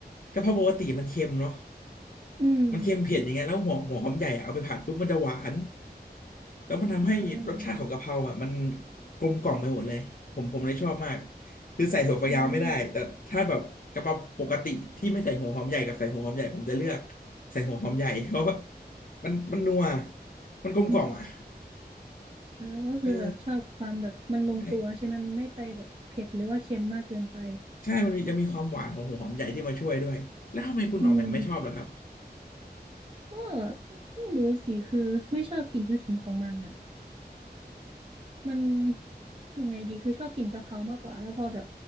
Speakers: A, on the left; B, on the right.
A: กะเพราปกติมันเค็มเนาะ
B: ้อืม
A: มันเค็มเผ็ดอย่างเงี้ยแล้วหัวหัวหอมใหญ่อะเอาไปผัดปุ๊บมันจะหวาน แล้วมันทำให้รสชาติของกะเพราแบบมัน
B: อ่า
A: กลมกล่อมไปหมดเลยผมผมเลยชอบมากคือใส่ถั่วฝักยาวไม่ได้แต่ถ้าแบบกะเพราปกติที่ไม่ใส่หัวหอมใหญ่กับใส่หัวหอมใหญ่ผมจะเลือก
B: อืม
A: ใส่หัวหอมใหญ่เพราะว่ามันมันนัวมันกลมกล่อมอ่ะ
B: อืมอ่าก็คือแบบชอบความแบบมันลงตัวใช่ไหมมันไม่ไปแบบเผ็ดหรือว่าเค็มมากเกินไป
A: เออใช่ใช่มันมียังมีความหวานของหัวหอมใหญ่ที่มาช่วยด้วยแล้วทำไมคุณออกแบบไม่ชอบเหรอครับ
B: อืมก็ไม่รู้สิคือไม่ชอบกลิ่นฉุนๆของมันอ่ะ มันยังไงดีคือชอบกินกะเพรามากกว่าแล้วพอแบบ